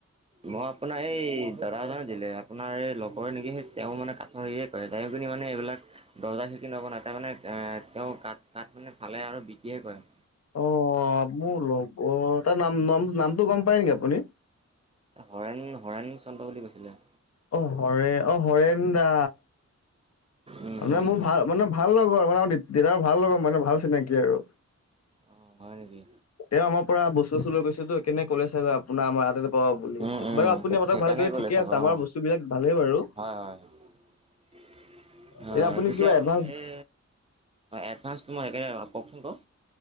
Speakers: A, on the right; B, on the left.
A: মই আপোনাৰ এই দাদা জনে দিলে আপোনাৰ এই লগৰে নেকি সেই তেওঁ মানে কাঠ হেয়ে কৰে তেওঁ পিনি মানে এইবিলাক দৰ্জা খিৰিকী নবনাই তাৰ মানে এ তেওঁ কা কাঠ মানে ফালে আৰু বিকিয়ে কৰেয়
B: অ মোৰ লগৰ তাৰ নাম নাম নামটো গম পায় নেকি আপুনি
A: হৰেণ হৰেণ চন্দ্ৰ বুলি কৈছিলে
B: অ হৰে অ হৰেন দা
A: উম
B: মানে
A: উম।
B: মোৰ ভাল মানে ভাল লগৰ মানে দেউতা ৰভাল লগৰ মানে ভাল চিনাকি আৰু
A: অ হয় নেকি
B: তেওঁ আমাৰ পৰা বস্তু চস্তলৈ গৈছে তো একেদিনাই ক'লে চাগৈ আপোনাৰ আমাৰ অহ বুলি
A: উম উম
B: বাৰু আপুনি মতক
A: সেইকাৰণে
B: ভাল কৰিলে
A: ক'লে
B: ঠিকে
A: চাগৈ
B: আছে আমাৰ
A: অ'
B: বস্তু বিলাক ভালে বাৰু
A: হয় <unintelligible> হয়
B: এতিয়া
A: পিছে
B: কিবা
A: আপুনি
B: এডভান্স
A: এই এডভাঞ্চটো মই একোৰে কওকচোন বাৰু